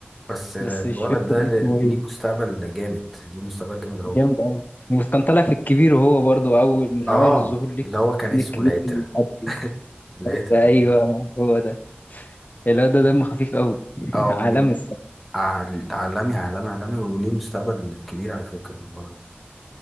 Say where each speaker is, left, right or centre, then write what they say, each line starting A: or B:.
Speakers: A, in the centre; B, on the left.
A: بس الولد
B: بس مش فاكر
A: ده ل-
B: اسمه ايه
A: ليه مستقبل جامد ليه مستقبل جامد قوي
B: جامد قوي وكان طالع في الكبير وهو برضو اول من
A: اه
B: اوائل الظهور ليك
A: اللي هو كان اسمه
B: الكبير
A: العترة
B: أوي، مش عارف إيه.
A: <laughs> العترة
B: ايوه هو ده اللي هو ده دم خفيف قوي <laughs>
A: اه
B: عالمي
A: وليه
B: الصراحه
A: عال- عالمي عالمي عالمي وليه مستقبل كبير على فكرة الولد ده.